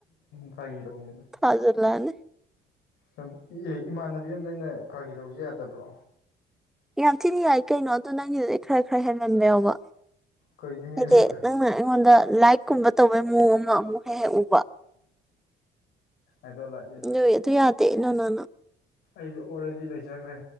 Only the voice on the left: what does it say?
ꯐꯥꯒꯤ ꯇꯧꯅꯤꯗ꯫
ꯁꯨꯝ ꯑꯦ ꯏꯃꯥꯟꯅꯕꯤ ꯑꯃꯗ ꯑꯩꯅ ꯐꯒꯤꯇꯧꯕꯁꯤ ꯌꯥꯗꯕ꯭ꯔꯣ꯫
ꯀꯩꯗꯤ ꯍꯦꯜꯂꯤꯕ
ꯏ ꯗꯣꯟ ꯂꯥꯏꯛ ꯏꯠ꯫
ꯑꯩꯗꯨ ꯑꯣꯜꯔꯦꯗꯤ ꯂꯩꯖꯈ꯭ꯔꯦ꯫